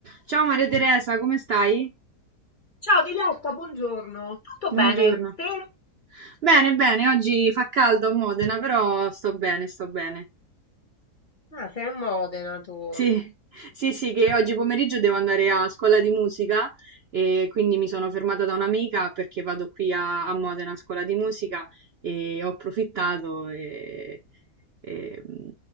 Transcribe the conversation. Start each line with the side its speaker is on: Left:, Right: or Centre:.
Right: Ciao Maria Teresa, come stai?
Left: Ciao Diletta, buongiorno. Tutto
Right: Buongiorno.
Left: bene? Te?
Right: Bene, bene, oggi fa caldo a Modena, però sto bene, sto bene.
Left: Ah, sei a Modena tu.
Right: Sì, <laughs> sì, sì, che oggi pomeriggio devo andare a scuola di musica e quindi mi sono fermata da un'amica perché vado qui a, a Modena a scuola di musica e ho approfittato e, e, mm,